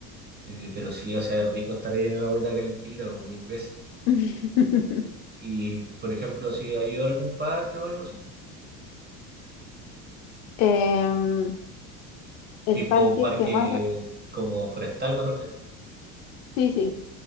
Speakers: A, on the right; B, on the left.
A: Eh, pero sí, o sea, es rico estar ahí en la agüita calentita, pues mil veces.
B: <laughs>
A: Y, por ejemplo, si ha ido a algún parque o algo así,
B: Em, el
A: tipo
B: parque
A: parque
B: que más, re-
A: como forestal, me refiero.
B: sí, sí,